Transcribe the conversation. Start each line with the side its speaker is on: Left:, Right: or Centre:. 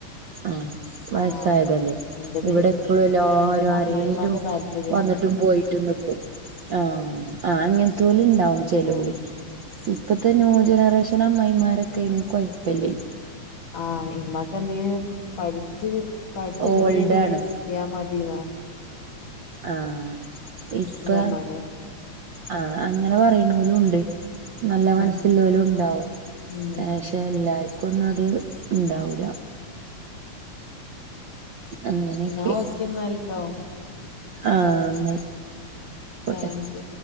Right: ആഹ് വയസ്സായതല്ലേ
Left: ആഹ് ഇന്റത്
Right: ഇവിടെ എപ്പോഴും എല്ലാരും
Left: ഇന്റത്
Right: ആരെലും
Left: അമ്മായിമ്മാക്ക് താല്പര്യ
Right: വന്നിട്ട് ട്ടും പോയിട്ടും നിക്കും ആ ആ അങ്ങൻത്തോല്ണ്ടാവും ചെലോല്
Left: ആഹ്
Right: ഇപ്പത്തെ ന്യൂ ജനറേഷൻ അമ്മായ്മാരൊക്കെയ്നി കുഴപ്പില്ലേ
Left: <inaudible> ആ ഇമ്മക്കെന്തെ എന്തീ പഠിച്ച് പഠിച്ച
Right: ഓൾഡ്
Left: ജോലിയായിട്ട് എന്ത
Right: ആണ്
Left: കിട്ടിയാൽ മതി എന്നാ <inaudible>
Right: ആഹ് ഇപ്പ
Left: ഇമ്മാനെ
Right: ആഹ് അങ്ങനെ പറയണലു ണ്ട് നല്ല
Left: ഉം
Right: മന സ്‌ ഇല്ലാലും ഇണ്ടാവും
Left: ഉം
Right: പക്ഷെ എല്ലാർക്കും ഒന്നും അത് ഇണ്ടാവുല്ല അങ്ങനെയൊക്കെ
Left: എന്നാ ഓക്കന്നാലിട്ടോ
Right: ആഹ് ന്നായിക്കട്ടെ
Left: താങ്ക് യു